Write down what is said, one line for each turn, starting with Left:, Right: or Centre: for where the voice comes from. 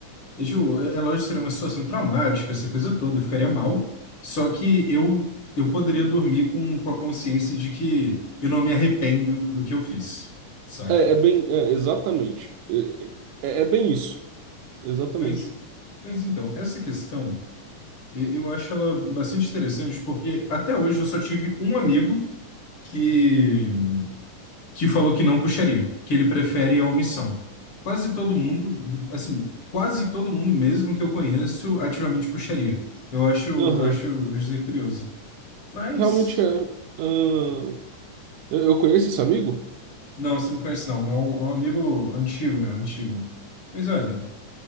Left: E, Ju, é é lógico que seria uma situação traumática, essa coisa toda, eu ficaria mal. Só que eu eu poderia dormir com, com a consciência de que eu não me arrependo do que eu fiz, saca?
Right: É, é bem, é, exatamente. É, é- é bem isso. Exatamente.
Left: Mas, mas então, essa questão, e- eu acho ela bastante interessante, porque até hoje eu só tive um amigo que, que falou que não puxaria, que ele prefere a omissão. Quase todo mundo, assim, quase todo mundo mesmo que eu conheço ativamente puxaria. Eu acho, eu
Right: Aham.
Left: acho, eu acho curioso. Mas,
Right: Realmente é. Ahn. eu eu conheço esse amigo?
Left: não, você não conhece, não. É um, é um amigo antigo, meu, antigo. Mas olha,